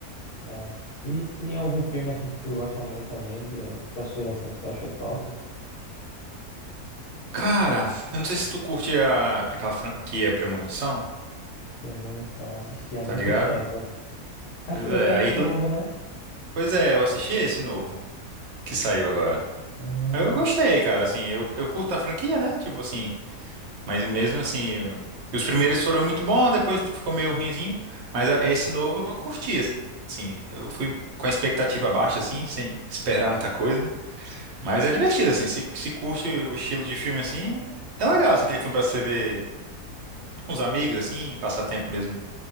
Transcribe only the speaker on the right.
Cara, eu não sei se tu curte a, aquela franquia Premonição,
tá ligado?
Pois
é,
aí,
pois é, eu assisti esse novo que saiu agora.
Eu gostei, cara, assim, eu, eu curto a franquia, né? Tipo assim, mas mesmo assim, os primeiros foram muito bons, depois ficou meio ruinzinho, mas a- esse novo eu curti, assim, eu fui com a expectativa baixa, assim, sem esperar muita coisa, mas é divertido, assim, se, se curte o estilo de filme, assim, é legal, assim, aquele filme pra você ver com os amigos, assim, passar tempo mesmo,